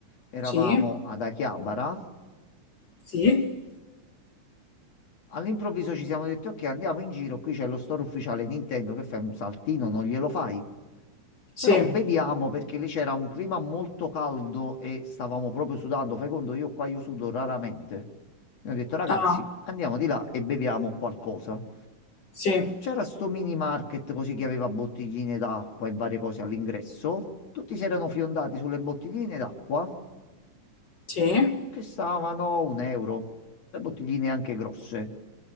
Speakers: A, on the left; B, on the left.
A: eravamo
B: Sì,
A: ad Achiabara
B: sì,
A: All'improvviso ci siamo detti, ok, andiamo in giro, qui c'è lo store ufficiale Nintendo, che fai un saltino, non glielo fai?
B: sì.
A: Però beviamo perché lì c'era un clima molto caldo e stavamo proprio sudando, fai conto, io qua io sudo raramente. E ho detto, ragazzi,
B: Ah,
A: andiamo di là e beviamo qualcosa.
B: sì,
A: C'era sto mini market così che aveva bottigline d'acqua e varie cose all'ingresso. Tutti si erano fiondati sulle bottigline d'acqua
B: sì,
A: che stavano un euro, le bottigline anche grosse.